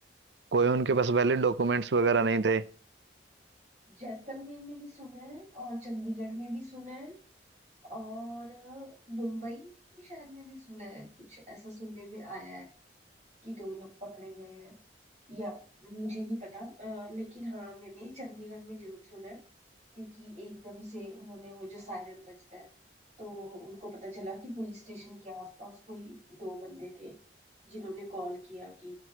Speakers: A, on the right; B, on the right.
A: कोई उनके पास वैलिड डॉक्यूमेंट्स वगैरह नहीं थे
B: जैसलमेर में भी सुना है और चंडीगढ़ में भी सुना है और अ, मुंबई में भी शायद मैंने सुना है कुछ ऐसा सुनने में आया है कि दो लोग पकड़े गए हैं या मुझे नहीं पता अ, लेकिन हाँ मैंने चंडीगढ़ में जरूर सुना है क्योंकि एकदम से उन्होंने वो जो सायरन बजता है तो उनको पता चला कि पुलिस स्टेशन के आसपास कोई दो बंदे थे जिन्होंने कॉल किया कि